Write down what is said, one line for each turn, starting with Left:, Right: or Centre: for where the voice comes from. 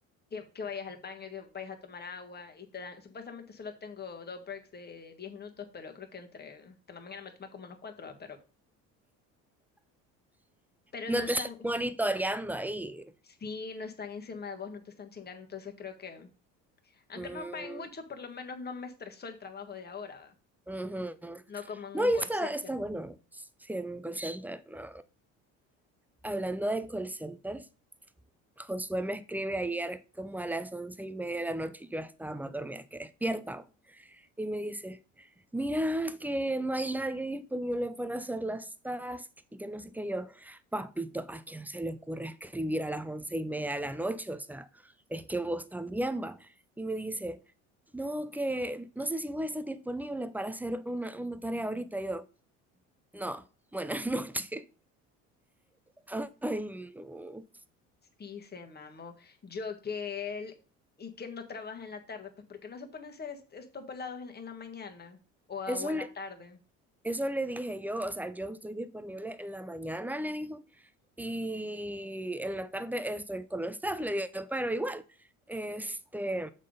Left: que, que vayas al baño, que vayas a tomar agua y te dan, supuestamente solo tengo dos breaks de 10 minutos, pero creo que entre, entre la mañana me toma como unos cuatro, ah, pero, pero
Centre: No
Left: no están,
Centre: te están monitoreando ahí.
Left: sí, no están encima de vos, no te están chingando, entonces creo que, aunque
Centre: Mm,
Left: no me paguen mucho, por lo menos no me estresó el trabajo de ahora, ¿va?
Centre: ujú.
Left: no como en
Centre: No,
Left: un
Centre: y
Left: call
Centre: está,
Left: center.
Centre: está bueno. Sí, en un call center, no. Hablando de call centers, Josué me escribe ayer como a las once y media de la noche y yo estaba más dormida que despierta. y me dice, mira que no hay nadie disponible para hacer las tasks y que no sé qué yo, papito, ¿a quién se le ocurre escribir a las once y media de la noche? O sea, es que vos también va. Y me dice, no, que no sé si vos estás disponible para hacer una, una tarea ahorita. Y yo, no, buenas noches. <laughs> Ay, no.
Left: Sí, se mamó. Yo que él y que no trabaja en la tarde, pues ¿por qué no se pone a hacer est- estos volados en, en la mañana o, a-
Centre: Eso,
Left: o en la tarde?
Centre: Eso le dije yo, o sea, yo estoy disponible en la mañana, le dijo, y en la tarde estoy con el staff, le digo, pero igual, este,